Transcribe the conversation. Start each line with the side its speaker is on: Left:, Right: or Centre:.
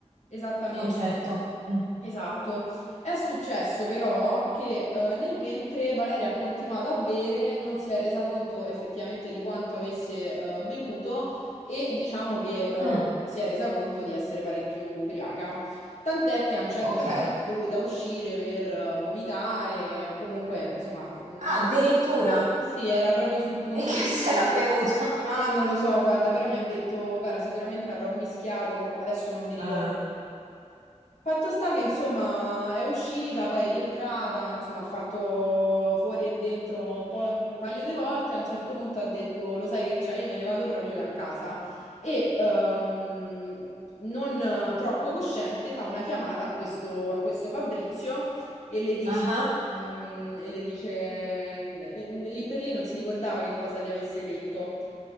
Left: esattamente.
Right: il concetto. Mm.
Left: Esatto. È successo però che eh, nel mentre Valeria ha continuato a bere, non si è resa conto effettivamente di quanto avesse eh, bevuto e diciamo che eh,
Right: Mm,
Left: si è resa conto di essere parecchio ubriaca. Tant'è che a un certo
Right: ok.
Left: punto è dovuta uscire per eh, vomitare o comunque, insomma, mh,
Right: Ah, addirittura.
Left: sì, sì, era proprio sul punto
Right: E che <laughs> si
Left: di...
Right: era bevuta?
Left: Ma non lo so, guarda, però mi ha detto, guarda, sicuramente avrò mischiato, mo adesso non mi ricordo.
Right: Ah,
Left: Fatto sta che insomma è uscita, poi è rientrata, insomma ha fatto fuori e dentro un po', un paio di volte, a un certo punto ha detto lo sai che c'è, io me ne vado proprio che a casa e ehm, non eh, troppo cosciente fa una chiamata a questo, a questo Fabrizio e le dice,
Right: ah.
Left: ehm, e le dice n- n- lì per lì non si ricordava che cosa gli avesse detto.